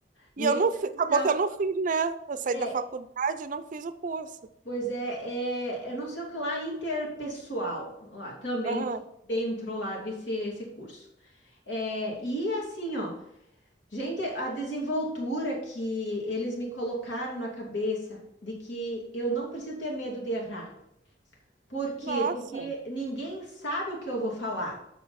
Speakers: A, on the left; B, on the right.
A: Meu
B: E eu não
A: Deus
B: fiz, acabou
A: do céu.
B: que eu não fiz, né? Eu saí
A: É,
B: da faculdade e não fiz o curso.
A: pois é, é, eu não sei o que lá, interpessoal. Ó, também
B: Aham.
A: tinha dentro lá desse esse curso. É, e assim, ó. Gente, a desenvoltura que eles me colocaram na cabeça de que eu não preciso ter medo de errar. Por quê?
B: Nossa.
A: Porque ninguém sabe o que eu vou falar.